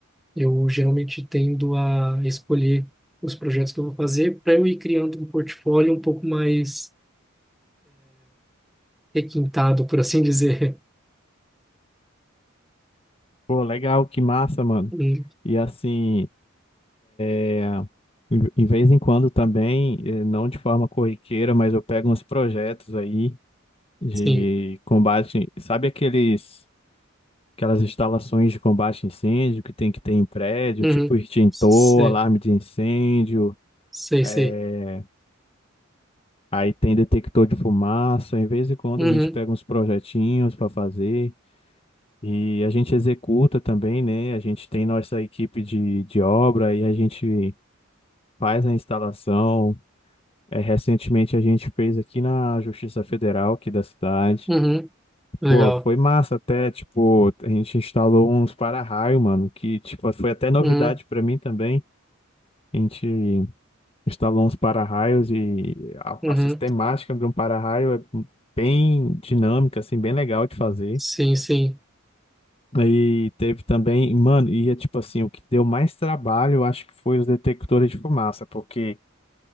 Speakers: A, in the centre; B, on the left.
A: Eu geralmente tendo a escolher os projetos que eu vou fazer para eu ir criando um portfólio um pouco mais requintado, por assim dizer. <laughs>
B: Pô, legal, que massa, mano.
A: Hum,
B: E assim. é, Em em vez em quando também, eh, não de forma corriqueira, mas eu pego uns projetos aí de
A: Sim.
B: combate, sabe aqueles, aquelas instalações de combate a incêndio que tem que ter em prédio,
A: Uhum.
B: tipo extintor,
A: Sei,
B: alarme de incêndio,
A: sei, sei.
B: eh, aí tem detector de fumaça. Em vez em quando
A: Uhum.
B: a gente pega uns projetinhos para fazer e a gente executa também, né? A gente tem nossa equipe de, de obra e a gente faz a instalação. É, recentemente a gente fez aqui na Justiça Federal aqui da cidade.
A: Uhum. Legal.
B: Pô, foi massa até, tipo, a gente instalou uns para-raio, mano, que tipo foi até novidade
A: Uhum,
B: pra mim também. A gente instalou uns para-raios e a,
A: uhum.
B: a sistemática de um para-raio é bem dinâmica, assim, bem legal de fazer.
A: Sim, sim.
B: E teve também, mano, e é tipo assim, o que deu mais trabalho, eu acho que foi os detectores de fumaça, porque